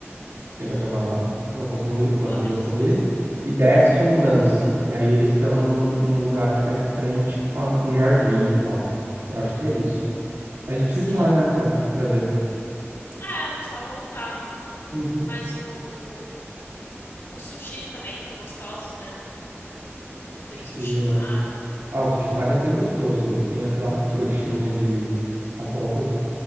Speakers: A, on the right; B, on the left.
A: Você
B: Uhum,
A: entra pela, pela, rua São Luís, pela
B: pela
A: Avenida
B: Avenida
A: São
B: São
A: Luís
B: Luís.
A: e desce um lance. E aí eles estão num, num lugar que tá de frente com, a, com um jardim e tal. Eu acho que é isso. A gente precisa
B: Sim.
A: ir lá, né, pra, pra ver.
B: Ah, É, precisava voltar.
A: Uhum.
B: Mas o... os sushis também foram gostosos, né? Teve
A: Sushi.
B: o sushi mar.
A: é- Ah, o sushi Maria é bem gostoso. Eles têm aquela trouxinha de abóbora.